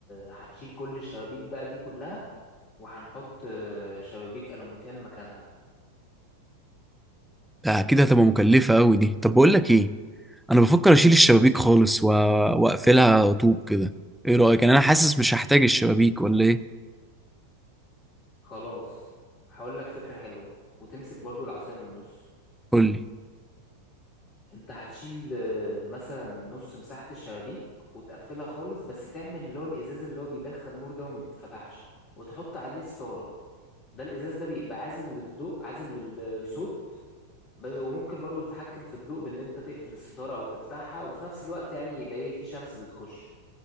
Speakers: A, on the left; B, in the centre.
A: هتشيل كل الشبابيك بقى دي كلها وهنحط آه، شبابيك ألوميتال مكانها
B: آه أكيد هتبقى مكلفة أوي دي طب بقول لك إيه أنا بفكر أشيل الشبابيك خالص و- وأقفلها طوب كده إيه رأيك يعني أنا حاسس مش هحتاج الشبابيك ولا إيه
A: خلاص هقول لك فكرة حلوة وتمسك برضو العصاية من النص
B: قول لي
A: انت هتشيل آه، مثلا نص مساحة الشبابيك وتقفلها خالص بس تعمل اللي هو الإزاز اللي هو بيدخل نور ده وما بيتفتحش وتحط عليه ستارة ده الإزاز ده بيبقى عازل للضوء عازل للصوت بس- وممكن برضو تتحكم في الضوء باللي انت تقفل الستارة او تفتحها وفي نفس الوقت يعني يبقى ايه في شمس بتخش